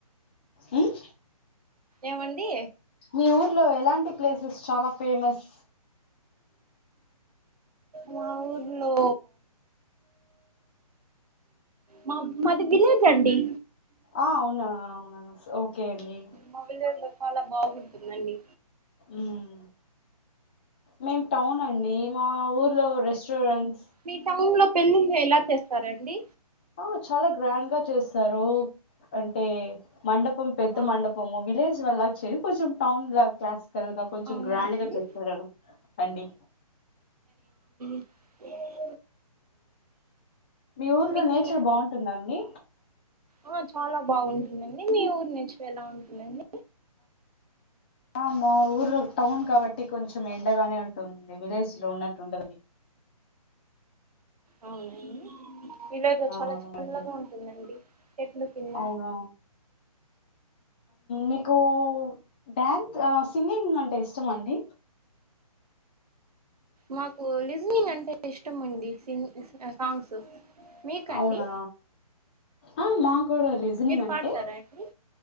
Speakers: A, on the left; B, on the right.
A: మ్మ్?
B: ఏవండి
A: మీ ఊర్లో ఎలాంటి ప్లేసెస్ చాలా ఫేమస్
B: మా ఊర్లో మా మాది విలేజండి
A: ఆ అవునా అవునా ఓకే అండి
B: మా విలేజ్ లో చాలా బాగుంటుంది అండి
A: మ్మ్ మేం టౌన్ అండి మా ఊర్లో రెస్టోరెంట్
B: మీ టౌన్ లో పెళ్ళిళ్ళు ఎలా చేస్తారండి
A: ఆ చాలా గ్రాండ్ గా చేస్తారు అంటే మండపం పెద్ద
B: ఆ
A: మండపము విలేజ్ వాల్లా చేయరు కొంచెం టౌన్ లా క్లాస్ క్కల్గా కొంచెం
B: అవునా
A: గ్రాండ్
B: అండి
A: గా చేస్తారు అండి
B: అ
A: మీ ఊర్లో
B: మీకు
A: నేచర్ బాగుంటుందా అండి
B: ఆ చాలా బాగుంటుందండి మీ ఊరి నేచర్ ఎలా ఉంటుందండి
A: ఆ మా ఊర్లో టౌన్ కాబట్టి కొంచెం ఎండగానే ఉంటుంది విలేజ్ లో ఉన్నట్టు ఉండదండి
B: అవునా అండి విలేజ్లో
A: ఆ
B: చాలా
A: అవునండి
B: చాల్లగా ఉంటుందండి చెట్లు కింద
A: అవునా మీకు డ్యాన్స్ సింగింగ్ అంటే ఇష్టమా అండి
B: మాకు లిజనింగ్ అంటే ఇష్టం అండి సింగ్ సాంగ్స్ మీకండి
A: అవునా ఆ మా కూడా లిజనింగ్
B: మీరు
A: అంటే
B: పాడతారా అండి